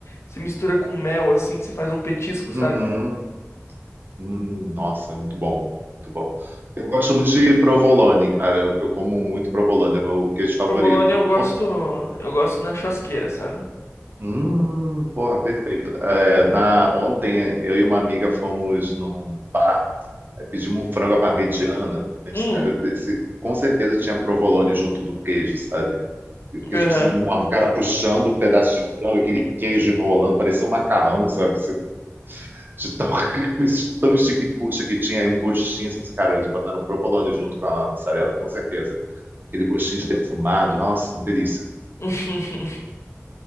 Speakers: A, on the left; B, on the right.
A: Você mistura com mel, assim, você faz um petisco,
B: Uhum.
A: sabe?
B: Hum, nossa, muito bom, muito bom. Eu gosto muito de provolone, cara. Eu, eu como muito provolone, é meu queijo favorito.
A: Provolone eu gosto, eu gosto na churrasqueira, sabe?
B: Hum, porra, perfeito. É, na, ontem eu e uma amiga fomos num bar Aí pedimos um frango à parmegiana. A gente,
A: Hum,
B: cara, esse- com certeza tinha provolone junto do queijo, sabe? E o queijo
A: aham.
B: precisa enorme. O cara puxando um pedaço de frango, aquele queijo enrolando, parecia um macarrão, sabe? Você- De tão, <laughs> tão chique-puxa que tinha aí um gostinho. sabe? Cara, de botar um provolone junto com a mussarela, com certeza. Aquele gostinho de defumado. Nossa, uma delícia.
A: <laughs>